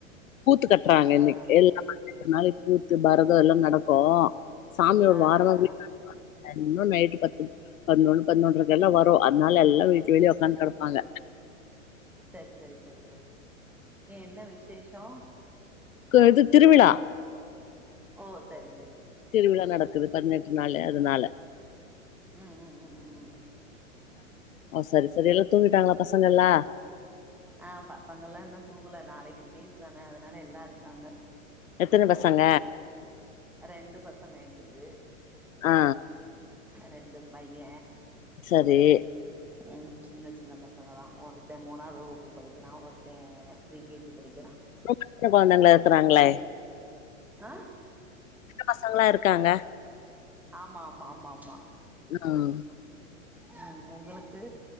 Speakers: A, on the left; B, in the centre.
A: கூத்து கட்றாங்க
B: ஆ ஆ
A: இன்னக்கு
B: ஆ
A: எல்ல <inaudible> கூத்து பரத எல்லா நடக்கு சாமி ஒரு
B: ஆ
A: வாரம
B: ஆ ஆ
A: <inaudible> இன்னும் நைட்டு பத்து பதினொன்னு பதினொன்றைக்கு எல்லா வரு அதனால எல்லாரு வீட்டு வெளிய உக்காந்து கெடப்பாங்க
B: சரி சரி சரி சரி சரி ஏ என்ன விசேஷம்
A: குது திருவிழா
B: ஓ சரி சரி
A: திருவிழா நடக்குது பதினெட்டு நாளு அதுனால
B: ம் ம் ம் ம் ம் ம் ம்
A: ஓ சரி சரி எல்லாரு தூங்கிட்டாங்களா பசங்க எல்லா
B: ஆ பசங்கல்லா இன்னு தூங்கல நாளைக்கு லீவு தான அதனால எல்லா இருக்காங்க
A: எத்தன பசங்க
B: ம் ரெண்டு பசங்க எங்களுக்கு
A: ஆ
B: ரெண்டு பைய
A: சரி
B: ம் சின்ன சின்ன பசங்க தா ஒருத்தெ மூணாவது வகுப்பு படிக்கிறா ஒருத்தெ ப்ரீ கே ஜி படிக்
A: ரொம்ப சின்ன கொழந்தைங்களா இருக்கிறாங்களே
B: அ
A: பசங்கலா இருக்காங்க
B: ஆமா ஆமா ஆமா ஆமா
A: ம்
B: ம் ம் உங்களுக்கு